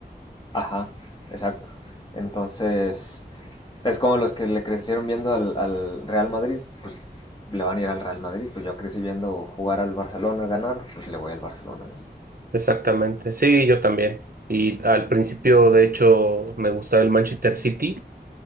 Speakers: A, on the left (about 25°); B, on the right (about 55°).
A: ajá, exacto. Entonces, es como los que le crecieron viendo al, al Real Madrid, pues le van a ir al Real Madrid, pues yo crecí viendo jugar al Barcelona, ganar, pues le voy al Barcelona, ¿no?
B: exactamente. Sí, yo también. Y al principio, de hecho, me gustaba el Manchester City,